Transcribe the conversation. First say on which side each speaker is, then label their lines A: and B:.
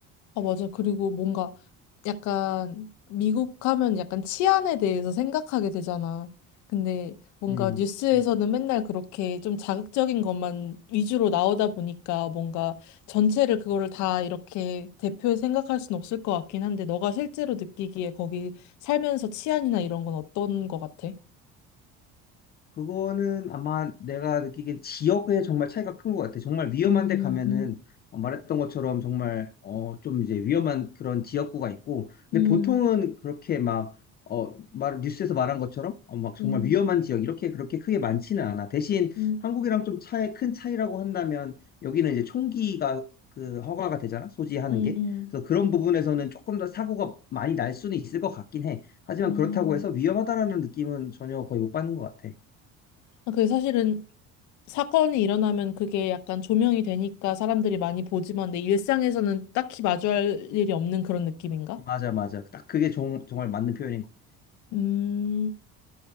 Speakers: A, on the left; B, on the left.
A: 아, 맞아. 그리고 뭔가 약간 미국 하면 약간 치안에 대해서 생각하게 되잖아. 근데 뭔가
B: 음,
A: 뉴스에서는
B: 그치.
A: 맨날 그렇게 좀 자극적인 것만 위주로 나오다 보니까 뭔가 전체를 그거를 다 이렇게 대표해 생각할 순 없을 것 같긴 한데 너가 실제로 느끼기에 거기 살면서 치안이나 이런 건 어떤 것 같아?
B: 그거는 아마 내가 느끼기엔 지역에 정말 차이가 큰 것 같아. 정말 위험한
A: 음,
B: 데 가면은
A: 음,
B: 어, 말했던 것처럼 정말 어, 좀 이제 위험한 그런 지역구가 있고, 근데
A: 음,
B: 보통은 그렇게 막 어, 말, 뉴스에서 말한 것처럼 어, 막
A: 음,
B: 정말 위험한 지역 이렇게 그렇게 크게 많지는 않아. 대신
A: 음,
B: 한국이랑 좀 차이 큰 차이라고 한다면 여기는 이제 총기가 그 허가가 되잖아 소지하는
A: 음,
B: 게
A: 음,
B: 그래서 그런 부분에서는 조금 더 사고가 많이 날 수는 있을 것 같긴 해 하지만
A: 음.
B: 그렇다고 해서 위험하다라는 느낌은 전혀 거의 못 받는 것 같아.
A: 아, 그게 사실은 사건이 일어나면 그게 약간 조명이 되니까 사람들이 많이 보지만 내 일상에서는 딱히 마주할 일이 없는 그런 느낌인가?
B: 맞아, 맞아. 딱 그게 정, 말 맞는 표현인 것 같아.
A: 음,